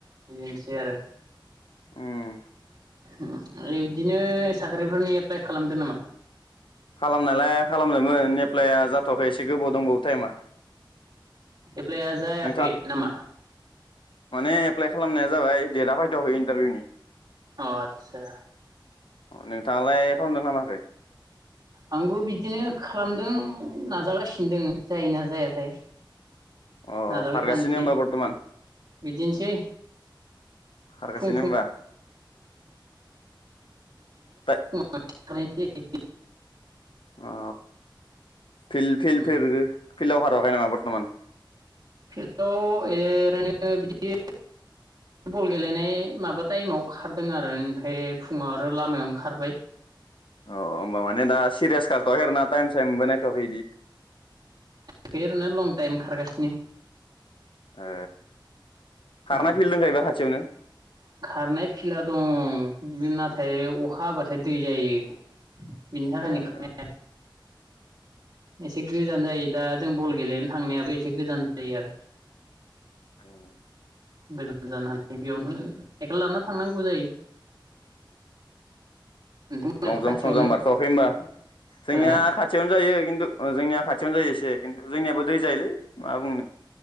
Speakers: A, on the right; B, on the left.
A: बिदिनोसै आरो
B: उम
A: बिदिनो साख्रिफोरनि एफ्लाय खालामदो नामा
B: खालामनायालाय खालामदोंमोन एप्लइया जाथ याखै एसे गोबाव दंबावो टाइमा
A: एफ्लाआ जायाखै
B: नोंथां
A: नामा
B: माने एप्लाइ खालामनाया जाबाय डेटआ फायदाव होयो इन्टारभिउ नि
A: अ आतसा
B: अ नोंथाङालाय खालामदोंना खामाखै
A: आंबो बिदिनो खालामदों नाजागासिनो दङो जायो ना जायाथाय
B: अ
A: नाजाबाय
B: खारगासिनो
A: थानोसै
B: होमबा बर्थ'मान
A: बिदिनोसै
B: खारगासिनो
A: फुं
B: होमबा दा
A: <unintelligible> <unintelligible>
B: अ फिल-फिल
A: जायो
B: -फिरिरि फिलाव खा थयाखै नामा बर्टमान
A: फिल्डआव ओरैनो बिदि बल गेलेनाय माबा टाइमाव खारदों आरो ओमफ्राय फुङाव आरो लामायावनो खारबाय
B: अ होमबा मानि दा सिरियास खारथवाखैना टाइम साइमबो नायथखै इदि
A: ओरैनो लं टाइम खारगासिनो
B: ए
A: उम
B: खारनाय फिल्ड दंखायोबा खाथियावनो
A: खारनाय फिला दं नाथाय अखा हाब्लाथाय दै जायो बिनि थाखायनो
B: ए
A: खो- एसे गोजान जायो दा जों बल गेलेनो थांनायाबो एसे गोजान जायो आरो
B: ओम
A: गोजान जानानै बेयावनो साइकेल लाना थांनांगौ जायो। नोंथांमोनाथ'
B: लंजाम
A: खाथियावनो
B: संजाम बारथवाखै होनबा जोंनिया
A: हो
B: खाथियावनो जायो खिन्थु अ जोंनिया खाथियावनो जायो एसे खिन्थु जोंयाबो दै जायोलै माबा बुंनो।